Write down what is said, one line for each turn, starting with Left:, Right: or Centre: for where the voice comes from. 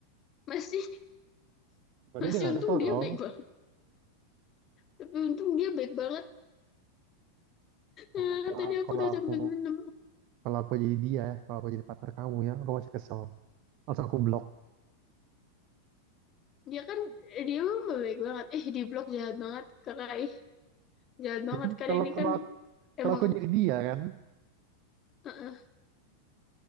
Left: masih
Right: Berarti
Left: masih
Right: dia nggak
Left: untung
Right: kesel
Left: dia
Right: dong.
Left: baik banget tapi untung dia baik banget
Right: Kalau
Left: Ah,
Right: aku,
Left: tadi aku
Right: kalau
Left: udah
Right: aku
Left: sampai minta
Right: kalau aku jadi dia, ya, kalau aku jadi partner kamu ya, aku masih kesel. Langsung aku blok.
Left: dia kan dia mah baik banget eh di blok jahat banget kakak ih jahat banget
Right: Ya kan?
Left: kan
Right: Kalau
Left: ini
Right: kalau
Left: kan
Right: aku- kalau
Left: emang
Right: aku jadi dia kan,
Left: eh,